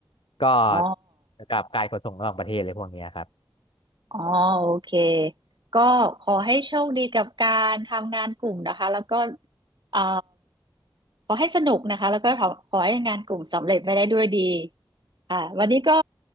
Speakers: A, on the left; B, on the right.
A: ก็
B: อ๋อ
A: เกี่ยวกับการขนส่งระหว่างประเทศเลยพวกเนี้ยครับ
B: อ๋อโอเคก็ขอให้โชคดีกับการทำงานกลุ่มนะคะแล้วก็เอ่อขอให้สนุกนะคะแล้วก็ขอขอให้งานกลุ่มสำเร็จไปได้ด้วยดีอ่าวันนี้ก็